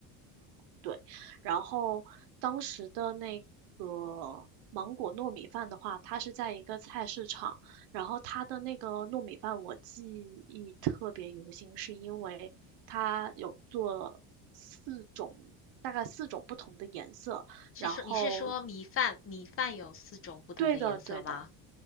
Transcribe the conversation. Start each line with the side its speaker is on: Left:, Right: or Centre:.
Right: 对，然后当时的那个芒果糯米饭的话，它是在一个菜市场，然后它的那个糯米饭我记忆特别犹新，是因为它有做四种，大概四种不同的颜色，
Left: 是说你是说米饭米饭有四种不同的颜色吗？
Right: 然后对的对的，